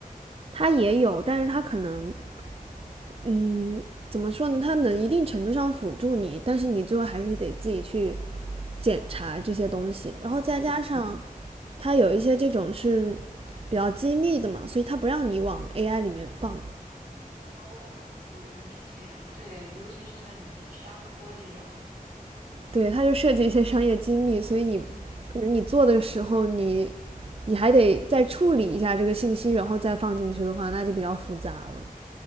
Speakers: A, on the right; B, on the right.
A: 它也有，但是它可能，嗯，怎么说呢？它能一定程度上辅助你，但是你最后还是得自己去检查这些东西。然后再加上
B: 嗯嗯。
A: 它有一些这种是比较机密的嘛，所以它不让你往 AI 里面放，
B: 哦，哦原来是这样。对，尤其是像你们学商科这种，
A: 对，它就涉及一些商业机密，所以你可能你做的时候你，
B: <laughs>
A: 你还得再处理一下这个信息，然后再放进去的话，那就比较复杂了。